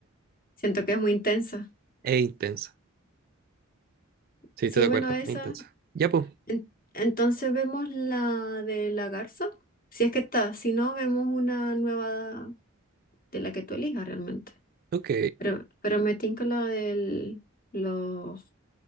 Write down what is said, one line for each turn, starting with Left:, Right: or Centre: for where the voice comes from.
Left: Siento que es muy intensa.
Right: Es intensa. Sí,
Left: Sí,
Right: estoy de
Left: bueno,
Right: acuerdo,
Left: esa.
Right: es intensa. Ya, pues.
Left: En- entonces vemos la de la garza. Si es que está, si no, vemos una nueva de la que tú elijas realmente.
Right: Ok,
Left: Pero, pero me tinca la del, los,